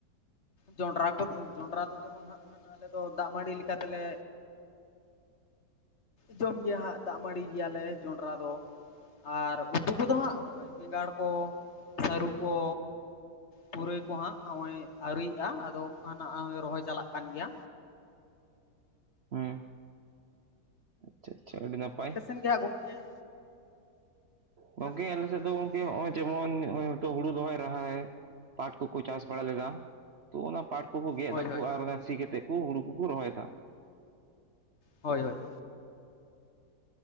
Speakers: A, on the left (about 45°); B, on the right (about 50°).
A: ᱡᱚᱱᱰᱨᱟ ᱠᱚ ᱡᱚᱸᱰᱨᱟ ᱫᱚ ᱡᱮᱢᱚᱱ ᱦᱟᱸᱜ ᱠᱷᱟᱱ ᱟᱞᱮ ᱫᱚ ᱫᱟᱜ ᱢᱟᱹᱲᱤ ᱞᱮᱠᱟ ᱛᱮᱞᱮᱼᱼ ᱡᱚᱢ ᱜᱮᱭᱟ ᱦᱟᱸᱜ ᱫᱟᱜ ᱢᱟᱹᱲᱤ ᱜᱮᱭᱟᱞᱮ ᱡᱚᱱᱰᱨᱟ ᱫᱚ, ᱟᱨ ᱩᱛᱩ ᱠᱚᱫᱚ ᱦᱟᱸᱜ ᱦᱚᱜᱼᱚᱭ ᱵᱮᱸᱜᱟᱲ ᱠᱚ ᱥᱟᱹᱨᱩ ᱠᱚ, ᱯᱩᱨᱟᱹᱭ ᱠᱚᱦᱟᱸᱜ ᱱᱚᱜᱼᱚᱭ ᱟᱹᱣᱨᱤᱭᱟᱜᱼᱟ ᱟᱫᱚ ᱠᱷᱟᱱ ᱨᱚᱦᱚᱭ ᱪᱟᱞᱟᱜ ᱠᱟᱱ ᱜᱮᱭᱟ᱾
B: ᱦᱩᱸ ᱟᱪᱪᱷᱟ ᱟᱪᱪᱷᱟ ᱟᱹᱰᱤ ᱱᱟᱯᱟᱭ᱾
A: ᱱᱤᱠᱟᱹᱱ ᱜᱮᱭᱟ ᱜᱚᱢᱠᱮ
B: ᱜᱚᱢᱠᱮ
A: ᱜᱚᱝᱠᱮ
B: ᱟᱞᱮ ᱥᱮᱫ
A: ᱚᱠᱟ
B: ᱫᱚ
A: ᱞᱮᱠᱟ
B: ᱜᱚᱢᱠᱮ ᱦᱚᱸᱜᱼᱚᱭ ᱡᱮᱢᱚᱱ ᱱᱚᱜᱼᱚᱭ ᱦᱤᱛᱚᱜ ᱦᱩᱲᱩ ᱨᱚᱦᱚᱭ ᱞᱟᱦᱟ ᱯᱟᱴ ᱠᱚᱠᱚ ᱪᱟᱥ ᱵᱟᱲᱟ ᱞᱮᱫᱟ ᱛᱚ ᱚᱱᱟ ᱯᱟᱴ ᱠᱚᱠᱚ ᱜᱮᱫ
A: ᱦᱳᱭ
B: ᱫᱟᱠᱚ
A: ᱦᱳᱭ
B: ᱟᱨ ᱚᱱᱟ ᱥᱤ ᱠᱟᱛᱮᱫ ᱠᱚ ᱦᱩᱲᱩ ᱠᱚᱠᱚ ᱨᱚᱦᱚᱭᱮᱫᱟ᱾
A: ᱦᱳᱭ, ᱦᱳᱭ